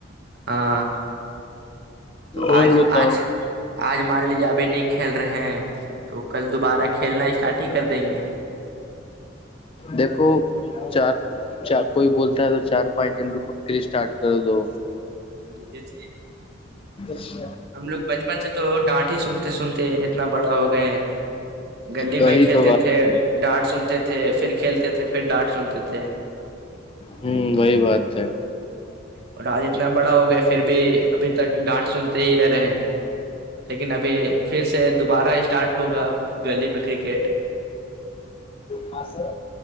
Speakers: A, on the right; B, on the left.
A: ہاں تو
B: اور
A: آج
B: بتاؤ
A: آج آج مان لیجے ابھی نہیں کھیل رہے ہیں تو کل دوبارہ کھیلنا اسٹارٹ ہی کر دیں گے
B: دیکھو چار چار کوئی بولتا ہے تو چار پانچ دن رپئے اسٹارٹ کر دو
A: جی جی
B: ش
A: ہم لوگ بچپن سے تو ڈانٹ ہی سنتے سنتے اتنا بڑا ہو گئے ہیں گلی
B: وہی
A: میں کھیلتے
B: تو بات
A: تھے
B: ہے
A: ڈانٹ سنتے تھے پھر کھیلتے تھے پھر ڈانٹ سنتے تھے
B: ہوں وہی بات ہے
A: اور آج اتنا بڑا ہو گیا پھر بھی ابھی تک ڈانٹ سنتے ہی رہ رہے ہیں لیکن ابھی پھر سے دوبارہ اسٹارٹ ہوگا گلی میں کرکٹ
B: ہاں سر